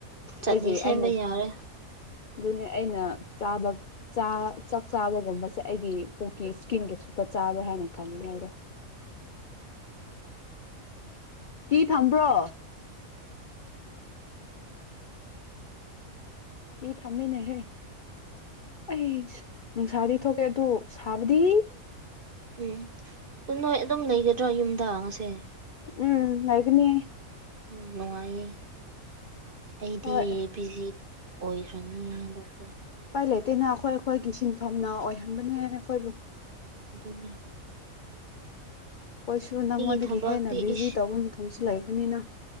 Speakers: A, on the right; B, on the left.
A: ꯆꯠꯅꯤ
B: ꯑꯩꯒꯤ
A: ꯁꯦꯝꯕ
B: ꯑꯩꯅ
A: ꯌꯥꯔꯦ꯫
B: ꯑꯗꯨꯅꯦ ꯑꯩꯅ ꯆꯥꯕ ꯆꯥ ꯆꯥꯛ ꯆꯥꯕꯒꯨꯝꯕꯁꯦ ꯑꯩꯒꯤ ꯄꯨꯣꯛꯀꯤ ꯏꯁꯀꯤꯟ ꯈꯥꯛꯇ ꯆꯥꯕ꯭ꯔꯥ ꯍꯥꯏꯅ ꯈꯟꯕꯅꯦꯕ꯫ ꯀꯤ ꯊꯝꯕ꯭ꯔꯣ꯫ ꯀꯤ ꯊꯝꯅꯦꯍꯦ꯫ ꯑꯩ ꯅꯨꯡꯁꯥꯗꯤ ꯊꯣꯛꯇꯦ ꯑꯗꯨ ꯁꯥꯕꯗꯤ꯫
A: ꯎꯝ ꯎꯅꯣꯏ ꯑꯗꯨꯝ ꯂꯩꯒ ꯒꯗꯔ ꯌꯨꯝꯗ ꯉꯁꯤ
B: ꯎꯝ ꯂꯩꯒꯅꯤ
A: ꯎꯝ ꯅꯨꯡꯉꯥꯏꯌꯦ꯫ ꯑꯩꯗꯤ
B: ꯍꯣꯏ
A: ꯕꯤꯖꯤ ꯑꯣꯏꯈ꯭ꯔꯅꯤ ꯍꯟꯗꯛꯇꯤ꯫
B: ꯎꯄꯥꯏ ꯂꯩꯇꯦꯅ ꯑꯩꯈꯣꯏ ꯑꯩꯈꯣꯏꯒꯤ ꯁꯤꯟꯐꯝꯅ ꯑꯣꯏꯍꯟꯕꯅꯦ ꯑꯩꯈꯣꯏꯕꯨ꯫
A: ꯑꯗꯨꯅꯦ
B: ꯑꯣꯏꯁꯨ ꯅꯪꯉꯣꯟꯗꯒꯤ
A: ꯑꯩꯒꯤ ꯊꯕꯛꯇꯤ
B: ꯍꯦꯟꯅ ꯕꯤꯖꯤ
A: ꯏꯁ
B: ꯇꯧꯕ ꯃꯇꯝꯁꯨ ꯂꯩꯕꯅꯤꯅ꯫